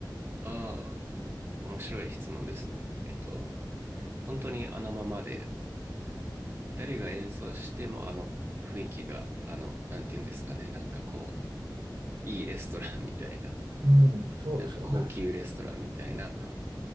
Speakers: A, on the right; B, on the right.
A: あ面白い質問ですね。えっと、本当にあのままで、誰が演奏してもあの雰囲気が、あの、なんていうんですかね、なんかこう、いいレストランみたいな、
B: うん、そうですよね。
A: なんか高級レストランみたいな、